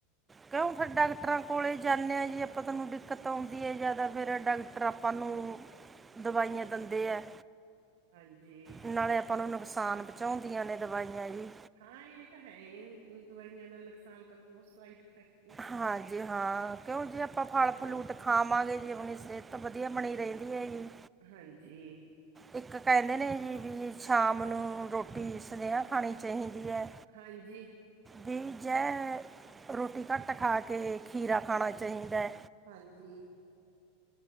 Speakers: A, on the right; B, on the right.
A: ਕਿਉਂ ਫਿਰ ਡਾਕਟਰਾਂ ਕੋਲ ਜਾਂਨੇ ਆ ਜੀ, ਆਪਾਂ ਤੁਹਾਨੂੰ ਦਿੱਕਤ ਆਉਂਦੀ ਹੈ ਜਾਦਾ ਫਿਰ ਡਾਕਟਰ ਆਪਾਂ ਨੂੰ ਦਵਾਈਆਂ
B: ਹਾਂਜੀ
A: ਦੰਦੇ ਆ,
B: ਹਾਂਜੀ
A: ਨਾਲੇ ਆਪ ਆਪਾਂ ਨੂੰ ਨੁਕਸਾਨ ਪਹੁੰਚਾਉਂਦੀਆਂ ਨੇ, ਦਵਾਈਆਂ ਜੀ।
B: ਹਾਂ, ਇਹ ਤਾਂ ਹੈਹੀ ਦਵਾਈਆਂ ਦਾ ਨੁਕਸਾਨ ਤਾਂ ਬਹੁਤ ਸਾਈਡ-ਫਾਇਕਟ
A: ਹਾਂਜੀ-ਹਾਂ, ਕਿਉਂ ਜੇ ਆਪਾਂ ਫਲ
B: ਹਾਂ
A: ਫਲੂਟ ਖਾਵਾਂਗੇ ਜੀ, ਆਪਣੀ ਸਿਹਤ ਤਾਂ ਵਧੀਆ ਬਣੀ ਰਹਿੰਦੀ ਹੈਗੀ।
B: ਹਾਂਜੀ।
A: ਇੱਕ ਕਹਿੰਦੇ ਨੇ ਜੀ ਵੀ ਸ਼ਾਮ ਨੂੰ, ਰੋਟੀ ਸਨੇਹਾ ਖਾਣੀ ਚਾਹੀਦੀ ਹੈ।
B: ਹਾਂਜੀ।
A: ਵੀ ਜੈ ਰੋਟੀ ਘੱਟ ਖਾ ਕੇ ਖੀਰਾ ਖਾਣਾ ਚਾਹੀਦਾ
B: ਹਾਂਜੀ